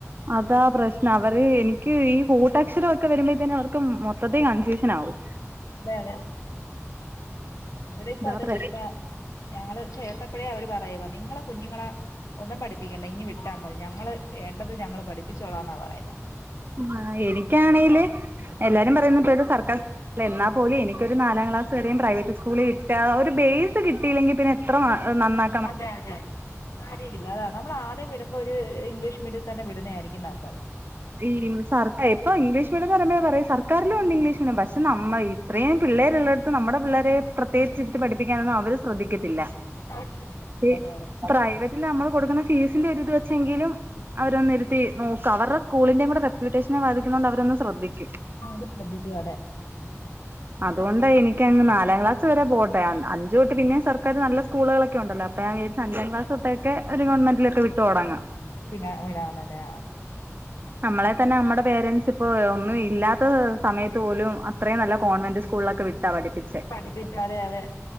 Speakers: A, on the right; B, on the left.
A: അതാ പ്രശ്നം അവര് എനിക്ക് ഈ കൂട്ടക്ഷരൊക്കെ വരുമ്പോഴ്തേന് അവർക്ക് മൊത്തത്തീ കൺഫ്യൂഷൻ ആവും.
B: അതെ അതെ ഇവിടെ ഇപ്പൊ
A: ഇതാ
B: അതല്ല
A: പ്രശ്നം
B: ഇപ്പൊ. ഞങ്ങള് ചേർത്തപ്പഴേ അവര് പറയുവ നിങ്ങളെ കുഞ്ഞുങ്ങളെ. ഒന്നും പഠിപ്പിക്കണ്ട ഇങ്ങ് വിട്ടാ മതി ഞങ്ങള് വേണ്ടത് ഞങ്ങള് പഠിപ്പിച്ചോളാന്നാ പറയുന്നെ.
A: ഉം ആ എനിക്കാണേല് എല്ലാരും പറയുന്നപ്പോത് സർക്കാർ. ല്ല എന്നാ പോലും എനിക്കൊരു നാലാം ക്ലാസ് വരേം പ്രൈവറ്റ് സ്കൂള് കിട്ടാ ഒരു ബേസ് കിട്ടയില്ലെങ്കിൽ പിന്നെ. അത്ര എ നന്നാ.
B: അതെ അതെ. കാര്ല്ല്യ അതാണ് നമ്മൾ ആദ്യം വിടുമ്പോ ഒരു ഇംഗ്ലീഷ് മീഡിയത്തി തന്നെ വിടുന്നതായിരിക്കും നല്ലത്.
A: ഈ സർക്ക ഇംഗ്ലീഷ് മീഡിയം ന്ന് പറയ്മ്പോ പറയും സർക്കാറിലും ണ്ട് ഇംഗ്ലീഷ് മീഡിയം പക്ഷെ നമ്മൾ ത്രേം പിള്ളേര്ള്ളട്ത്ത് നമ്മുടെ പിള്ളേരെ പ്രത്യേകിച്ചിരുത്തി പഠിപ്പിക്കാനൊന്നും അവര് സ്രദ്ധിക്കത്തി ല്ലാ.
B: അവര് ശ്രദ്ധിക്കത്തില്ല
A: ഇപ്രൈവറ്റില്
B: അത്
A: നമ്മൾ കൊടുക്കുന്ന ഫീസിന്റെ ഒരുത് വെച്ചെങ്കിലും. അവരൊന്നിരുത്തി
B: ഉം.
A: നോക്ക അവരുടെ സ്കൂളിന്റേം കൂടെ റെപ്യൂട്ടേഷനെ ബാധിക്കുന്നോണ്ട് അവരൊന്ന് സ്രദ്ധിക്കും.
B: ആ അത് ശ്രദ്ധിക്കു അതെ.
A: അതുകൊണ്ടാ എനിക്കങ്ങ് നാലാം ക്ലാസ് വരെ പോട്ടെ അഞ്ച് തൊട്ട് പിന്നെ സർക്കാര് നല്ല സ് സ്കൂളുകളൊക്കെ ഉണ്ടല്ല അപ്പ ഞ ജാര്ച്ച് അഞ്ചാം ക്ലാസൊക്കെ ഒരു ഗവൺമെന്റിലൊക്കെ വിട്ട് തൊടങ്ങാം.
B: പിന്നെ വിടാണലാ.
A: നമ്മളെ തന്നെ നമ്മടെ പേരന്റ്സ് പ്പോ ഒന്നും ഇല്ലാത്ത സമയത്ത് പോലും അത്രയും നല്ല കോൺവെന്റ്. സ്കളിലൊക്കെ വിട്ടാ പഠിപ്പി
B: പഠിപ്പിച്ചു അതെ അതെ.